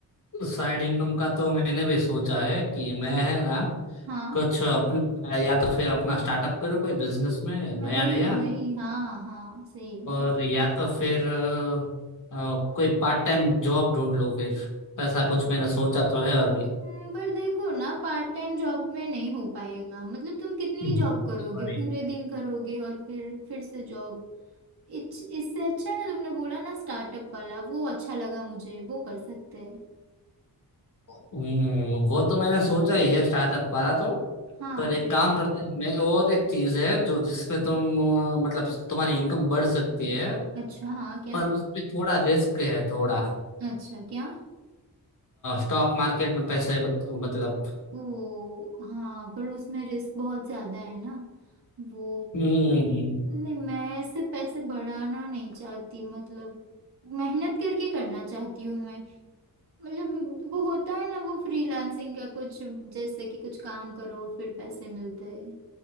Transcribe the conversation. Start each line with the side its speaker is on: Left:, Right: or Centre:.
Left: साइड इनकम का तो मैंने भी सोचा है कि मैं है ना
Right: हाँ
Left: कुछ अपना या तो फिर अपना स्टार्टअप करूँ कोई बिजनेस में नया
Right: मैं वही
Left: नया
Right: वही हाँ हाँ सही है
Left: और
Right: ठीक।
Left: या तो फिर अ, अ, कोई पार्ट टाइम जॉब ढूंढ लो फिर तो ऐसा कुछ मैंने सोचा तो है अभी
Right: हम्म, पर देखो ना पार्ट टाइम जॉब में नहीं हो पाएगा मतलब तुम कितनी
Left: हम्म।
Right: ही जॉब करोगे
Left: सॉरी
Right: पूरे दिन करोगे और फिर फिर से जॉब इच- इससे अच्छा है ना तुमने बोला ना स्टार्टअप वाला वो अच्छा लगा मुझे वो कर सकते हैं
Left: हम्म वो तो मैंने सोचा ही है स्टार्टअप वाला तो
Right: हाँ
Left: पर एक काम करते हैं मैं और एक चीज है जो जिसमें तुम अ, मतलब तुम्हारी इनकम बढ़ सकती है
Right: अच्छा हाँ क्या
Left: पर उसमें थोड़ा रिस्क है थोड़ा
Right: अच्छा क्या
Left: स्टॉक मार्केट में पैसे बत- मतलब
Right: ओ हाँ पर उसमें रिस्क बहुत ज्यादा है ना वो
Left: हम्म
Right: नहीं मैं ऐसे पैसे बढ़ाना नहीं चाहती मतलब मेहनत करके करना चाहती हूँ मैं मतलब वो होता है ना वो फ्रीलांसिंग का कुछ जैसे कि कुछ काम करो फिर पैसे मिलते हैं